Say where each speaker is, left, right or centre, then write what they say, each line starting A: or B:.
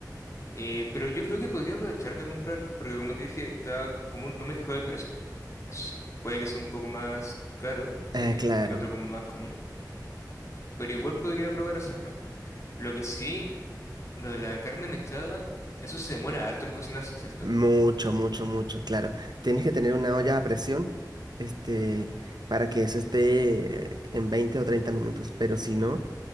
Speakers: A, on the left; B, on the right.
A: Eh, pero yo creo que podría aprovechar de comprar, porque como te dije, está como un- no me he fijado el precio. Eso sí, puede que sea un poco más caro
B: eh,
A: que el,
B: claro.
A: que el otro como más común, pero igual podría probar hacerlo. Lo que sí, lo de la carne mechada, eso se demora harto en cocinarse, ¿cierto?
B: Mucho, mucho, mucho, claro. Tienes que tener una olla a presión, este, para que eso esté eh, en 20 o 30 minutos, pero si no,